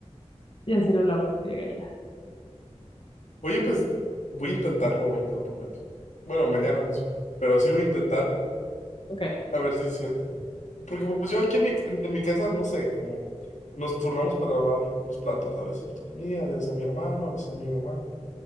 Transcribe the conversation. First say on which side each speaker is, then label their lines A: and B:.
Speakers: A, on the left (about 50°); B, on the left (about 85°).
A: Y así lo lavo en friega y ya.
B: Oye, pues voy a intentarlo hoy, te lo prometo. Bueno, mañana más bien. Pero sí voy a intentarlo,
A: Ok,
B: a ver si es cierto. Porque pues yo aquí en mi, en, en mi casa, no sé, como nos turnamos para lavar los platos. A veces me toca a mí, a veces a mi hermano, a veces a mi mamá.